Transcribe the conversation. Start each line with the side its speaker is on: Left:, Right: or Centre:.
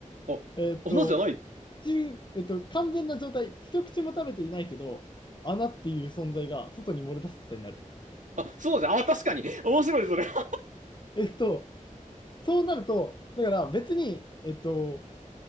Right: お、
Left: えーっと、
Right: 斧じゃない。
Left: 真えーっと、完全な状態、一口も食べていないけど、穴っていう存在が外に漏れ出すことになる。
Right: あ、そうじゃん。あ、確かに。<laughs> 面白い、それ。<laughs>
Left: えーっと、そうなると、だから別に、えーっと、